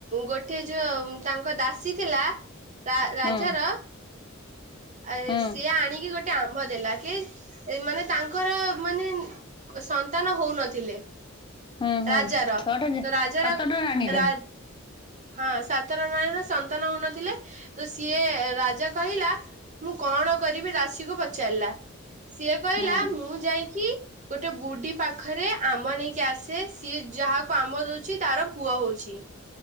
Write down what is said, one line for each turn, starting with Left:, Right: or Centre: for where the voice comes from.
Right: ଗୋଟିଏ ଯୋଉ ତାଙ୍କ ଦାସୀ ଥିଲା ରା ରାଜାର
Left: ହୁଁ
Right: ଆ
Left: ହୁଁ
Right: ସିଏ ଆଣିକି ଗୋ ଟେ ଆମ୍ବ ଦେଲା କି ମାନେ ତାଙ୍କର ମାନେ ସନ୍ତାନ ହୋଉନଥିଲେ
Left: ହୁଁ ହୁଁ
Right: ରାଜାର
Left: ଛଅଟା ଯେ
Right: ତ ରାଜାର
Left: ସାତଟା ରାଣୀର
Right: ରା ହଁ ସାତର ରାଣିର ସନ୍ତାନ ହୋଉନଥିଲେ। ତ ସିଏ ରାଜା କହିଲା ମୁଁ କଣ କରିବି ଦାଶିକୁ ପଚାରଲା। ସିଏ କହିଲା
Left: ହୁଁ
Right: ମୁଁ ଯାଇକି ଗୋଟେ ବୁଡୀ ପାଖରେ ଆମ୍ବ ନେଇକି ଆସେ ସିଏ ଯାହାକୁ ଆମ୍ବ ଦୋଉଛି ତାର ପୁଅ ହୋଉଛି।